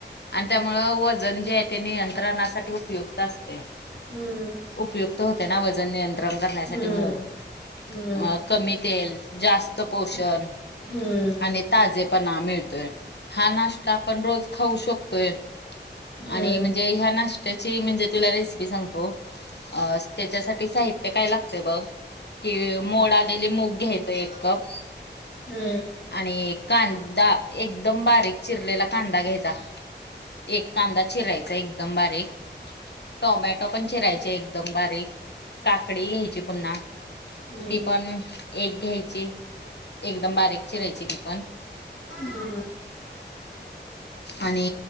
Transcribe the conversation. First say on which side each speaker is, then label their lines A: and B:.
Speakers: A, on the left; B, on the left.
A: आणि त्यामुळे वजन जे आहे निंत्रणा <unintelligible> उपायुक्त असते?
B: हम्म
A: उपयुक्त होते ना वजण. रंग करण्यासाठी
B: हम्म
A: मग
B: हम्म
A: म कमी तेल, जास्त पोषण,
B: हम्म
A: आणि
B: हम्म
A: ताजेपणा मिळतोय? हा नाश्ता आपण रोज खाऊ शकतोय?
B: हम्म
A: आणि म्हणजे ह्या नाश्त्याची म्हणजे तुला रेसिपी सांगतो. त्याच्यासाठी साहित्य काय लागतय बघ, कि मोड मूग घ्यायचं एक कप
B: हम्म,
A: आणि, कांदा एकदम बारीक चिरलेला कांदा घ्यायचा? एक कांदा चिरायचा एकदम बारीक, टोमॅटो पण चिरायचा एक एकदम बारीक काकडी घ्यायची पुन्हा,
B: हम्म
A: ती
B: हम्म
A: पण एक घ्यायची, एकदम बारीक चिरायची. ती पण
B: हम?
A: आणि